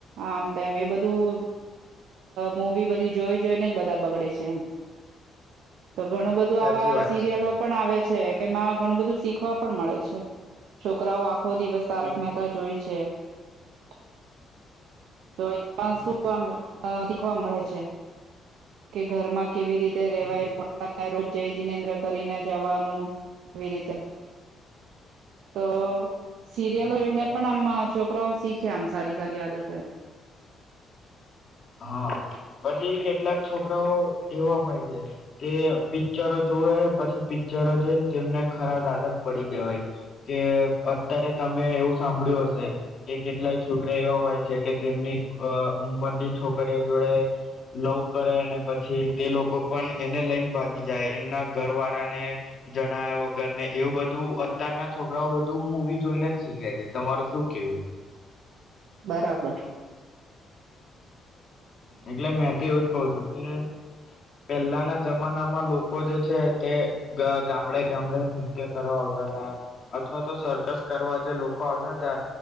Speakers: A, on the right; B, on the left.
A: આમ તેમ એ બધું મૂવી બધી જોઈ જોઈને જ બધા બગડે છે એમ. તો ઘણું
B: હમ
A: બધું
B: સાચી
A: આવા
B: વાત
A: સિરિયલો
B: છે
A: પણ આવે. છે એમાં ઘણું બધું શીખવા પણ મળે છે છોકરાઓ ખો દિવસ તારક
B: હમ
A: મહેતા જોઈ છે. <inaudible> તો એ પણ
B: હમ
A: શું અ શીખવા મળે છે કે ઘરમાં કેવી રી તે
B: હમ
A: રેવાય રોજ જય જિનેન્દ્ર કરીને જવાનું આવી રીતે. તો સિરિયલો
B: હમ
A: જોઈને
B: સાચી
A: પણ આમ
B: વાત છે
A: છોકરા શીખ ખે આમ સારી સારી આદતો
B: હા પછી કેટલાક છોકરાઓ એવા હોય છે કે પી ચરો જોવે પછી પીચરો જોઈને તેમને ખરા આદત પડી ગવાય કે અત્યારે તમે એવું સાંભળ્યું હશે કે કેટલાય છોકરા એવા હોય છે કે તેમની અ ઉમરની છોકરીઓ જોડે લવ કરે ને પછી તે લોકો પણ એને લઈન ભાગી જાય એમના ઘર વાળા ને જણાવ્યા ગર ને એવું બધું અત્યારના છોકરાઓ બધું મવી જોઈને જ શીખે છે તમારું શું કેવું
A: બરાબર.
B: એટલે મેં તો એવું જ કઉ છું કે પેલ્લાના જમાનામાં લોકો જે છે તે ગામડે ગામડે નૃત્ય કરવા આવતા હતા અથવા તો સરકસ કરવા જે લોકો આવતા હતા